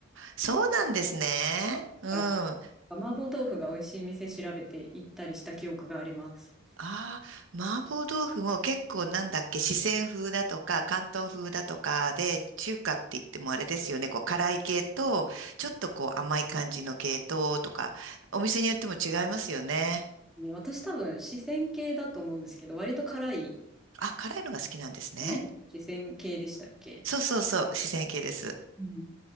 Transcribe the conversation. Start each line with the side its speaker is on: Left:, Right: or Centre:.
Right: そうなんですね。うん。
Centre: だから麻婆豆腐が美味しい店調べて行ったりした記憶があります。
Right: ああ、麻婆豆腐も結構なんだっけ、四川風だとか、広東風だとかで、中華って言ってもあれですよね、こう辛い系と、ちょっとこう甘い感じの系統とか、お店によっても違いますよね。
Centre: ね、私多分四川系だと思うんですけど、割と辛い
Right: あ、辛いのが好きなんですね。
Centre: 辛い。四川系でしたっけ
Right: そうそうそう、四川系です。
Centre: うん。